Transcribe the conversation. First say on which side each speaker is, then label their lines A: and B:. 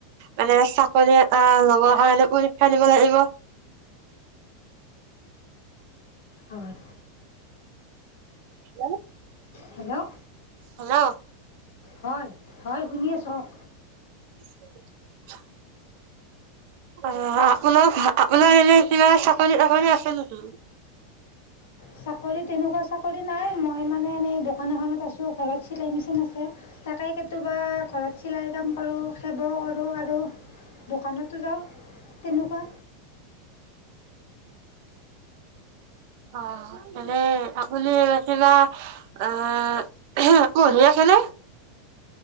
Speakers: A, on the right (about 45°); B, on the left (about 75°).
A: মানে চাকৰি এটা লবৰ কাৰণে পৰীক্ষা দিব লাগিব।
B: হয়।
A: এনে
B: হেল্ল'?
A: হেল্ল'?
B: হয়। হয় শুনি আছোঁ কওক।
A: <unintelligible> অ, আপোনাৰ-আপোনাৰ এনে কিবা চাকৰি-বাকৰি আছে নেকি?
B: চাকৰি, তেনেকুৱা চাকৰি নাই। মই মানে এনেই দোকান এখনত আছোঁ। ঘৰত চিলাই মেচিন আছে, তাকে কেতিয়াবা ঘৰত চিলাইৰ কাম কৰোঁ। সেইবোৰ কৰোঁ আৰু দোকানতো যাওঁ, তেনেকুৱা।
A: অ। তেনে আপুনি এৰা চিলাই, আহ আ কৰি আছে নে?